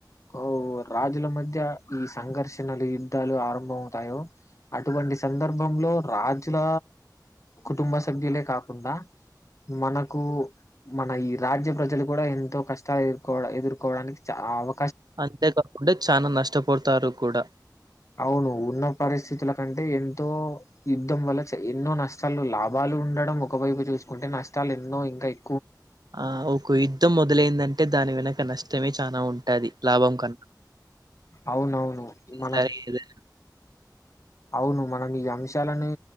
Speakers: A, on the left (about 45°); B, on the right (about 60°).
A: అవ్ రాజుల మధ్య ఈ సంఘర్షణలు యుద్ధాలు ఆరంభమవుతాయో అటువంటి సందర్భం లో రాజుల కుటుంబ సభ్యులే కాకుండా మనకు మన ఈ రాజ్య ప్రజలు కూడా ఎంతో కష్టాలు ఎదుర్కో ఎదుర్కోవడానికి చాలు
B: అంతేకాకుండా చానా నష్టపోతారు కూడా
A: అవును ఉన్న పరిస్థితుల కంటే ఎంతో యుద్ధం వల్ల ఎన్నో నష్టాలు లాభాలు ఉండడం ఒకవైపు చూసుకుంటే నష్టాలేన్నో ఇంకయ్.
B: ఆ ఒక యుద్ధం మొదలైందంటే దాని వెనక నష్టమే చాలా ఉంటుది లాభం కనుక
A: అవునవును మనం
B: సరే ఏదైనా
A: అవును మనం ఈ అంశాలని